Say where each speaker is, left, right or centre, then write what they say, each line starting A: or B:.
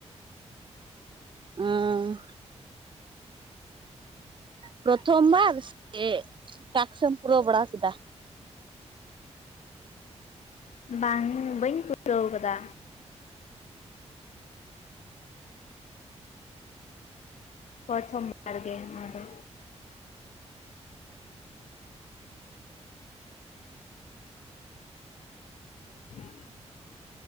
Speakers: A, on the right; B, on the left.
A: ᱦᱚᱸ ᱯᱨᱚᱛᱷᱚᱢ ᱵᱟᱨ ᱥᱮ ᱴᱟᱠᱥ ᱮᱢ ᱯᱩᱨᱟᱹᱣ ᱵᱟᱲᱟ ᱠᱮᱫᱟ᱾
B: ᱵᱟᱝ ᱵᱟᱹᱧ ᱯᱩᱨᱟᱹᱣ ᱠᱟᱫᱟ᱾ ᱯᱨᱚᱛᱷᱚᱢ ᱵᱟᱨ ᱜᱮ ᱱᱚᱣᱟ ᱫᱚ ᱪᱮᱫ ᱦᱚᱸ ᱵᱟᱝ ᱟᱸᱡᱚᱢᱚᱜ ᱠᱟᱱᱟ ᱾